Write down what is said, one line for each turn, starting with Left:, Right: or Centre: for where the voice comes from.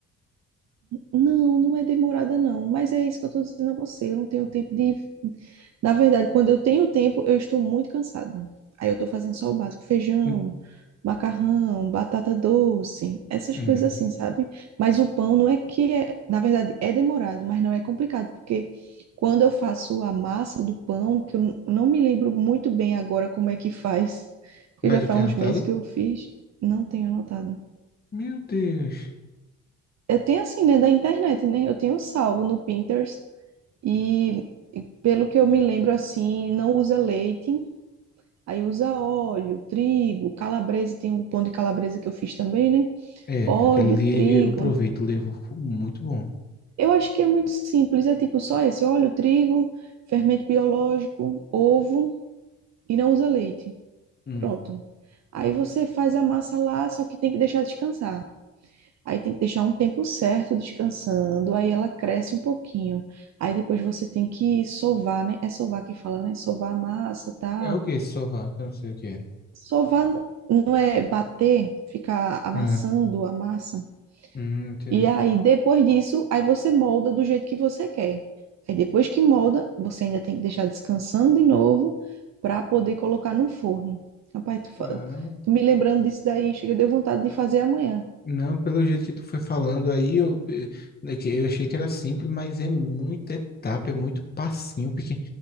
Right: Não, não é demorada, não. Mas é isso que eu estou dizendo a você. Eu não tenho tempo de. Na verdade, quando eu tenho tempo, eu estou muito cansada. Aí eu estou fazendo só o básico: feijão,
Left: Hum,
Right: macarrão, batata doce, essas
Left: hum.
Right: coisas assim, sabe? Mas o pão não é que é. Na verdade, é demorado, mas não é complicado. Porque quando eu faço a massa do pão, que eu n- não me lembro muito bem agora como é que faz, porque
Left: Mas
Right: já
Left: tu
Right: faz
Left: tem
Right: uns
Left: anotado?
Right: meses que eu fiz, não tenho anotado.
Left: Meu Deus.
Right: Eu tenho assim, né, da internet, né? Eu tenho salvo no Pinterest e, e pelo que eu me lembro assim, não usa leite, aí usa óleo, trigo, calabresa, tem um pão de calabresa que eu fiz também, né?
Left: É,
Right: Óleo,
Left: aquele ali
Right: trigo.
Left: eu aproveito, levou, ficou muito bom.
Right: Eu acho que é muito simples, é tipo só esse, óleo, trigo, fermento biológico, ovo e não usa leite.
Left: Hum.
Right: Pronto. Aí você faz a massa lá, só que tem que deixar descansar. Aí tem que deixar um tempo certo descansando, aí ela cresce um pouquinho. Aí depois você tem que sovar, né? É sovar que fala, né? Sovar a massa, tal.
Left: É o que esse sofá? Eu não sei o que é.
Right: Sovar n- não é bater, ficar amassando
Left: É.
Right: a massa.
Left: Hum, entendi.
Right: E aí depois disso, aí você molda do jeito que você quer. Aí depois que molda, você ainda tem que deixar descansando de novo para poder colocar no forno. Rapaz, tu, fa-
Left: Caramba.
Right: tu me lembrando disso daí, chega, deu vontade de fazer amanhã.
Left: Não, pelo jeito que tu foi falando aí, eu, eh, é que eu achei que era simples, mas é muita etapa, é muito passinho pequeno,